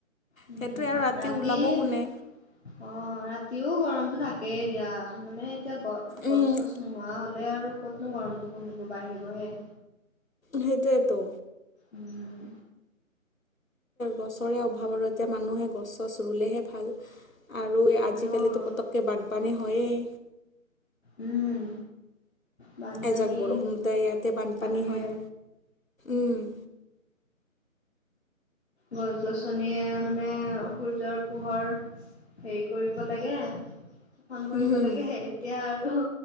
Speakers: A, on the left; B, on the left.
A: উম,
B: সেইটোৱে আৰু
A: ৰাতি
B: ওলাব
A: অ
B: কোনে
A: ৰাতিও গৰমতটো থাকেই এতিয়া মানে, এতিয়া গ
B: উম
A: গছ চছ নোহোৱা হ'লে আৰু ক'তনো গৰমটো কমিব বাঢ়িবহে।
B: সেইটোয়েতো।
A: উম,
B: গছৰে অভাৱ আৰু এতিয়া মানুহে গছ চছ ৰুলেহে ভাল। আৰু আজিকালিতো
A: অ'
B: পতকে বানপানী হয়েই।
A: উম, বানপানী
B: এজাক বৰষুণতে ইয়াতে বানপানী
A: তাকে
B: হয়। উম,
A: গছ গছনিয়ে মানে সূৰ্যৰ, পোহৰ হেৰি কৰিব লাগে শোষন কৰিব
B: উম,
A: লাগে সেই, এতিয়া আৰু